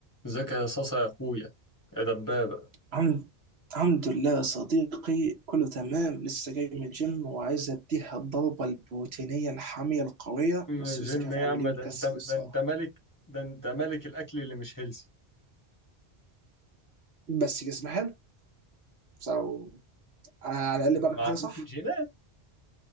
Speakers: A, on the left; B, on the right.
A: ازيك يا صاصة يا اخويا يا دبابة
B: الحمد الحمد لله يا صديقي كله تمام لسه جاي من الجيم وعايز اديها الضربة البروتينية الحامية القوية
A: مم،
B: بس
A: جيم
B: لسه مش عارف
A: ايه
B: اعمل
A: يا عم
B: ايه ومكسل
A: ده انت
B: الصراحة
A: ده انت ملك ده انت ملك الاكل اللي مش هيلثي
B: بس جسمي حلو so انا على الاقل
A: ما
B: بعمل حاجة
A: ممكن
B: صح
A: جينات